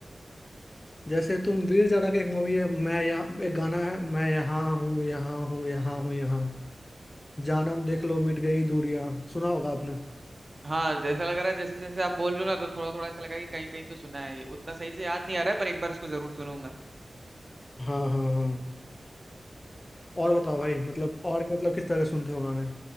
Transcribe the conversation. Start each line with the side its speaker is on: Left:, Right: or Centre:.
Left: जैसे तुम वीर जारा का एक मूवी है मैं यहाँ एक गाना है मैं यहाँ हूँ यहाँ हूँ यहाँ हूँ यहाँ जानम देख लो मिट गई दूरियां सुना होगा आपने
Right: हाँ जैसा लग रहा है जैसे जैसे आप बोल रहे हो ना तो थोड़ा थोड़ा ऐसा लगा कि कहीं कहीं तो सुना है ये उतना सही से याद नहीं आ रहा है पर एक बार इसको जरूर सुनूंगा
Left: हाँ हाँ हाँ और बताओ भाई
Right: हाँ
Left: मतलब और मतलब किस तरह सुनते हो गाने